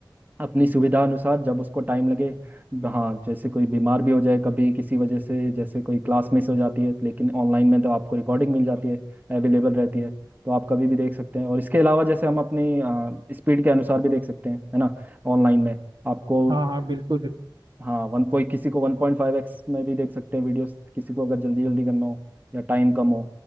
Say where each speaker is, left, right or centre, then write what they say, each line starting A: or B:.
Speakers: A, on the right; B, on the right.
A: अपनी सुविधा अनुसार जब उसको टाइम लगे हाँ जैसे कोई बीमार भी हो जाए कभी किसी वजह से जैसे कोई क्लास मिस हो जाती है लेकिन ऑनलाइन में तो आपको रिकॉर्डिंग मिल जाती है अवेलेबल रहती है तो आप कभी भी देख सकते हैं और इसके अलावा जैसे हम अपनी स्पीड के अनुसार भी देख सकते हैं है ना ऑनलाइन में आपको
B: हाँ हाँ बिल्कुल बिल्कुल
A: हाँ वन पॉइंट किसी को वन पॉइंट फाइव एक्स में भी देख सकते हैं वीडियोस किसी को अगर जल्दी जल्दी करना हो या टाइम कम हो